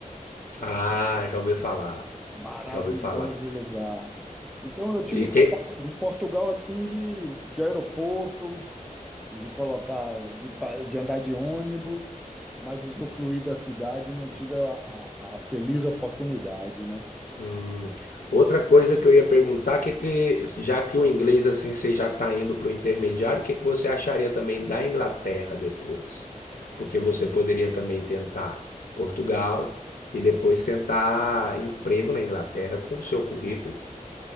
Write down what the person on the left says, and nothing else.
Ah, já ouvi falar,
já ouvi falar.
E
que,
Hum. Outra coisa que eu ia perguntar, que que, já que o inglês assim você já está indo para o intermediário, o que que você acharia também da Inglaterra depois? Porque você poderia também tentar Portugal e depois tentar emprego na Inglaterra com o seu currículo.